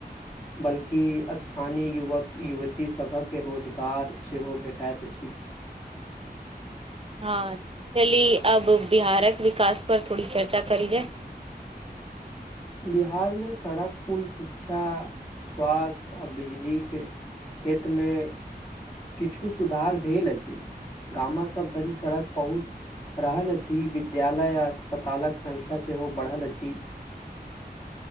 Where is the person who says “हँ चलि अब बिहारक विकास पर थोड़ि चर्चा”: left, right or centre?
Right